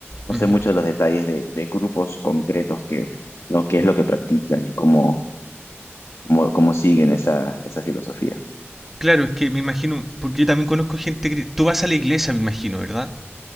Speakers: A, on the left (about 80°); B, in the centre.
A: no
B: ujú.
A: sé mucho de los detalles de, de grupos concretos que lo que es lo que practican y cómo, cómo, cómo siguen esa, esa filosofía.
B: Claro, es que me imagino, porque yo también conozco gente... cri- Tú vas a la iglesia, me imagino, ¿verdad?